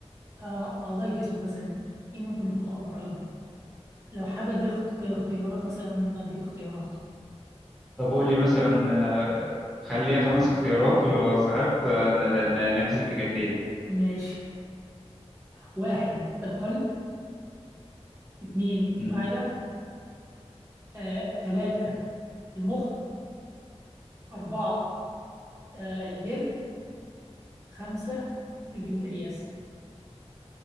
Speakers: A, on the right; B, in the centre.
A: آه، اعضاء الجسم مثلا ايه ممكن يكون اكبر عضو لو حابب اديك اخت- اختيارات مثلا اديك اختيارات
B: طب قول لي مثلا آه، خليها خمس اختيارات ولو صعبت آه، ن- نحذف إجابتين
A: ماشي واحد القلب اتنين
B: مم.
A: المعدة آه، تلاتة المخ أربعة آه، الجلد خمسة البنكرياس